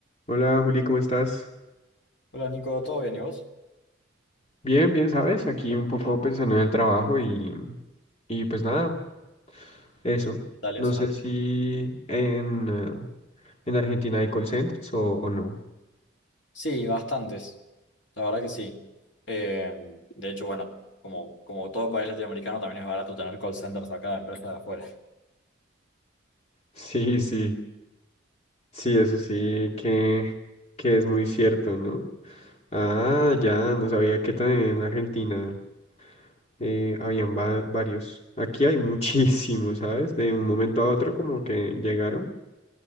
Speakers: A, on the left (about 35°); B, on the left (about 70°).
A: Hola Juli, ¿cómo estás?
B: Hola Nico, ¿todo bien y vos?
A: Bien, bien, ¿sabes? Aquí un poco pensando en el trabajo y, y pues nada, eso.
B: ¿Qué tal
A: No
B: eso?
A: sé si en, eh, en Argentina hay call centers o, o no.
B: Sí, bastantes, la verdad que sí. Eh, de hecho, bueno, como, como todo país latinoamericano, también es barato tener call centers acá de empresas de afuera.
A: <laughs> Sí, sí, sí, eso sí que, que es muy cierto, ¿no? Ah, ya, no sabía que también en Argentina eh, habían va- varios. Aquí hay <laughs> muchísimos, ¿sabes? De un momento a otro como que llegaron.